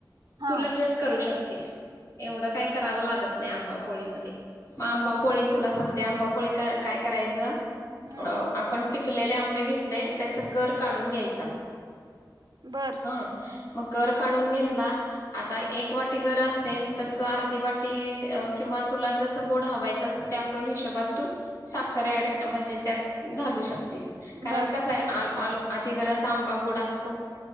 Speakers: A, on the right; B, on the left.
A: हा.
B: तु लगेच करू शकते. एवढं काय करावं लागत नाही आंबापोळी मध्ये म आंबापोळी तुला सांगते आंबापोळी- क काय करायचं-
A: हम्म
B: अ आपण पीक- पिकलेले आंबे घेतले, त्याचा गर काढून घ्यायचा.
A: बर.
B: हं. मग गर काढून घेतला आता एक वाटी गर असेल तर तो अर्धी वाटी- किंवा तुला जसं गोड हवय तसं ते आपण घेऊ शकतो. तूप -साखर ऍड म्हणजे त्यात- घालू शकतेस कारण
A: बर
B: कस आहे ऑल ऑल- आधी <unintelligible> आंबा गोड असतो.